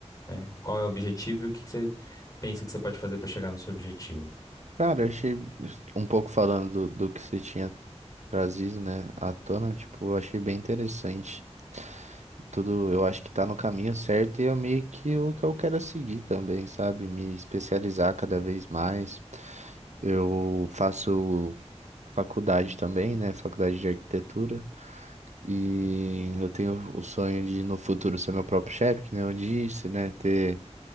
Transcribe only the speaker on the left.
né? Qual é o objetivo e o que que você pensa que você pode fazer para chegar no seu objetivo?